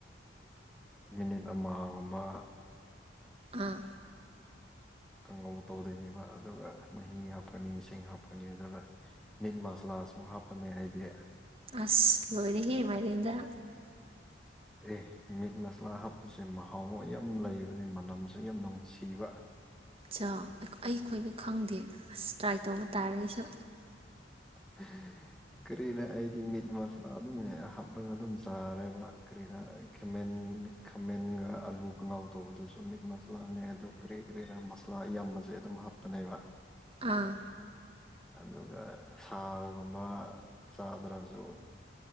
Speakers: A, in the centre; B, on the right (about 30°).
A: ꯃꯤꯅꯤꯠ ꯑꯃꯒꯨꯝꯕ
B: ꯑꯥ
A: ꯀꯥꯡꯉꯧ ꯇꯧꯗꯣꯏꯅꯦꯕ ꯑꯗꯨꯒ ꯃꯍꯤ ꯍꯥꯞꯀꯅꯤ ꯏꯁꯤꯡ ꯍꯥꯞꯀꯅꯤ ꯑꯗꯨꯒ ꯃꯤꯠ ꯃꯁꯂꯥ ꯁꯨ ꯍꯥꯞꯀꯅꯦ ꯑꯩꯗꯤ
B: ꯑꯁ ꯂꯣꯏꯔꯤꯍ‌ꯦ ꯃꯥꯏꯔꯦꯟꯗ
A: ꯑꯦ ꯃꯤꯠ ꯃꯁꯂꯥ ꯍꯥꯞꯄꯁꯦ ꯃꯍꯥꯎ ꯃꯥ ꯌꯥꯝ ꯂꯩꯕꯅꯤ ꯃꯅꯝꯁꯨ ꯌꯥꯝ ꯅꯨꯡꯁꯤꯕ
B: ꯆꯥ ꯑꯈꯣꯏꯗꯤ ꯈꯪꯗꯦ ꯑꯁ ꯇ꯭ꯔꯥꯏ ꯇꯧꯕ ꯇꯥꯔꯦ ꯑꯩꯁꯨ
A: <unintelligible> ꯀꯔꯤꯔ ꯑꯩꯗꯤ ꯃꯤꯠ ꯃꯁꯂꯥ ꯑꯗꯨꯝ ꯍꯥꯞꯂꯒ ꯑꯗꯨꯝ ꯆꯥꯔꯦꯕ ꯀꯔꯤꯔ ꯈꯃꯦꯟ ꯈꯥꯃꯦꯟꯒ ꯑꯥꯂꯨ ꯀꯪꯉꯧ ꯇꯧꯕꯗꯨꯁꯨ ꯃꯤꯠ ꯃꯁꯂꯥꯅꯦ ꯑꯗꯨ ꯀꯔꯤ ꯀꯔꯤꯔ ꯃꯁꯥꯂꯥ ꯑꯌꯥꯝꯕꯁꯦ ꯑꯗꯨꯝ ꯍꯥꯞ ꯄꯅ‌ꯦꯕ
B: ꯑꯥ
A: ꯑꯗꯨꯒ ꯁꯥꯒꯨꯝꯕ ꯆꯥꯗ꯭ꯔꯁꯨ